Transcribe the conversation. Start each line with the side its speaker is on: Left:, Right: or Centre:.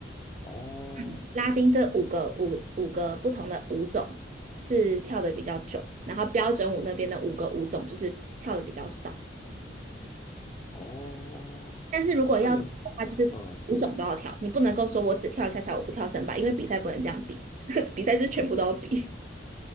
Left: 哦
Right: 嗯，拉丁这五个五五个不同的舞种是跳的比较久，然后标准舞那边的五个舞种就是跳的比较少。
Left: 哦，
Right: 但是如果要的话，
Left: 那你，
Right: 就是五种都要跳，
Left: 嗯、
Right: 你不能够说我只跳恰恰，我不跳森巴，因为比赛不能这样比，<laughs> 比赛就是全部都要比。